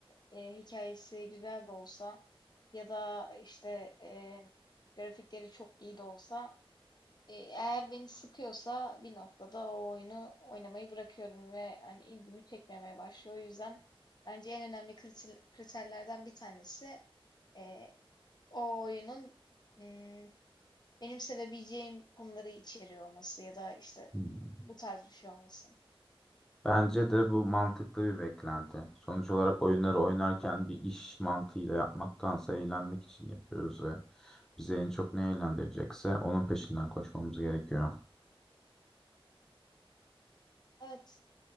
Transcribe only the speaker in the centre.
Hmm.
Bence de bu mantıklı bir beklenti. Sonuç olarak oyunları oynarken bir iş mantığıyla yapmaktansa eğlenmek için yapıyoruz ve bizi en çok ne eğlendirecekse onun peşinden koşmamız gerekiyor.